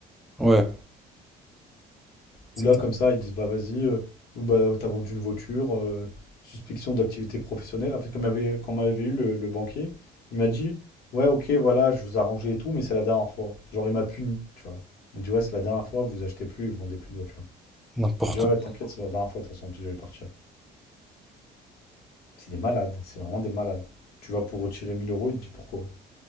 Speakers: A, in the centre; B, on the left.
A: Ouais, c'est
B: Où là, comme ça, ils disent, bah vas-y, euh, oh, bah, t'as vendu une voiture, euh, suspicion d'activité professionnelle. En fait, comme il y avait, quand m'avait eu le, le banquier, il m'a dit, ouais, ok, voilà, je vous ai arrangé et tout, mais c'est la dernière fois. Genre, il m'a puni, tu vois. Il m'a dit, ouais, c'est la dernière fois, vous achetez plus, vous vendez plus de voiture.
A: n'importe
B: Je dis, ouais,
A: quoi.
B: t'inquiète, c'est la dernière fois, de toute façon, parce que j'allais partir. C'est des malades, c'est vraiment des malades. Tu vas pour retirer 1000 euros, il te dit pourquoi?